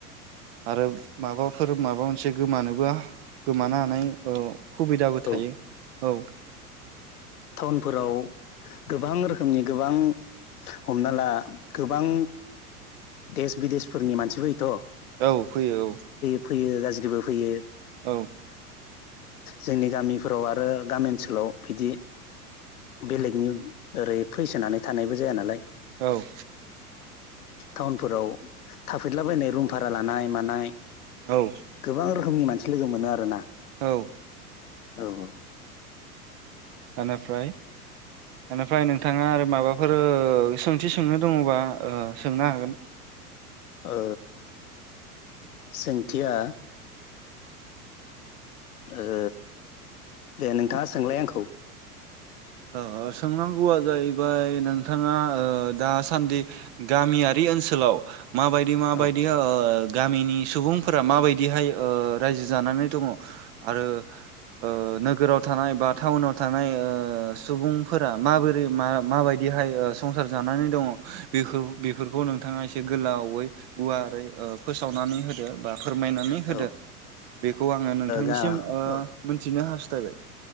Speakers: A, on the right; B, on the left.
A: आरो माबाफोर माबा मोनसे गोमानोबो हा गोमानो हानाय औ हुबिदाबो थायो
B: औ
A: औ।
B: फोराव गोबां रोखोमनि गोबां हमना ला गोबां देश बिदेशफोरनि मानसि फोयोथ'
A: औ फैयो औ
B: फैयो गाज्रिबो फैयो।
A: औ।
B: जोंनि गामिफोराव आरो गामि ओनसोलाव बिदि बेलेगनि ओरै फैसोनानै थानायबो जाया नालाय।
A: औ
B: टाउनफोराव थाफैदलाबायनाय रुम भारा लानाय मानाय।
A: औ।
B: गोबां रोखोमनि मानसि लोगो मोनो आरो ना।
A: औ।
B: औ औ
A: बेनिफ्राय बेनिफ्राय नोंथाङा आरो माबाफोर ओ सोंथि सोंनो दङबा ओ सोंनो हागोन
B: ओ सोंथिया। ओ दे नोंथाङा सोंलाय आंखौ।
A: ओ ओ सोंनांगौआ जाहैबाय नोंथाङा ओ दासान्दि गामियारि ओनसोलाव माबायदि माबायदि
B: औ
A: ओ ओ गामिनि सुबुंफोरा माबायदिहाय ओ रायजो जानानै दङ' आरो ओ नोगोराव थानाय बा टाउनाव थानाय ओ सुबुंफोरा माबोरै मा माबायदिहाय ओ संसार जानानै दङ' बेफोर-बेफोरखौ नों थाङा एसे गोलावै गुवारै ओ फोसावनानै होदो। बा फोरमायनानै
B: औ
A: होदो
B: ओ
A: बेखौ आङो नोंथांनिसिम
B: गा
A: ओ
B: औ
A: मोन्थिनो हास्थायबाय।